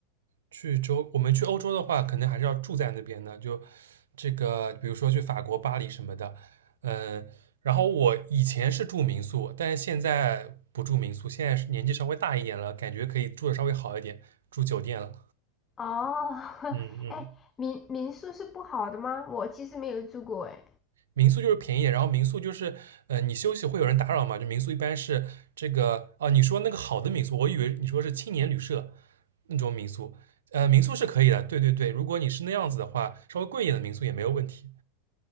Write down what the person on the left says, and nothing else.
哦，<laughs>
哎，民民宿是不好的吗？我其实没有住过哎。